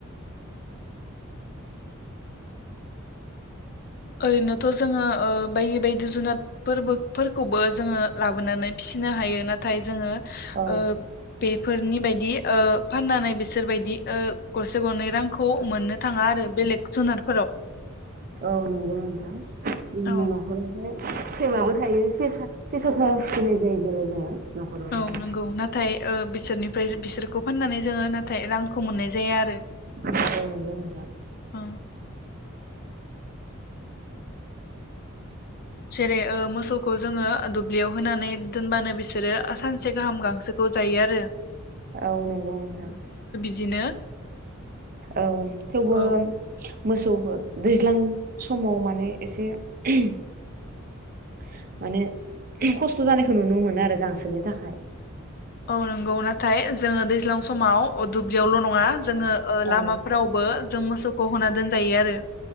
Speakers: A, on the left; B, on the right.
A: ओरैनोथ' जोङो ओ बायदि बायदि जुनाद फोरबो फोरबोफोरखौबो जोङो लाबोनानै फिसिनो हायो नाथाय जोङो। ओ
B: औ
A: बेफोरनि बायदि ओ फाननानै बिसोरबायदि ओ गरसे गरनै रांखौ। खौ मोननो थाङा आरो बेलेग जुनारफोराव।
B: नंगौ नंगौ नोंथां जों
A: औ
B: न'खरावहाय। सैमाबो थायो सेसा सेसाबो फिनाय जायो देलाय जोङो। न'खरावहाय।
A: औ नंगौ नाथाय! ओ बिसोरनिफ्राय बिसोरखौ फाननानै जोङो ना नाथाय रांखौ मोननाय जाया आरो
B: औ नंगौ नोंथां
A: औ। जेरै ओ मोसौखौ जोङो दुब्लियाव होनानै दोनबानो बि बिसोरो सानसे गाहाम गांसोखौ जायो आरो
B: औ नंगौ नोंथां
A: बिदिनो
B: औ थेवबो
A: औ
B: मोसौखो दैज्लां समाव माने एसे माने खस्थ' जानायखौ नुनो मोनो आरो गांसोनि थाखाय
A: औ नंगौ नाथाय जोङो दैज्लां समाव अ दु ब्लियावल' नङा जोङो ओ
B: औ
A: लामाफोरावबो जों मोसौखौ होना दोनजायो आरो।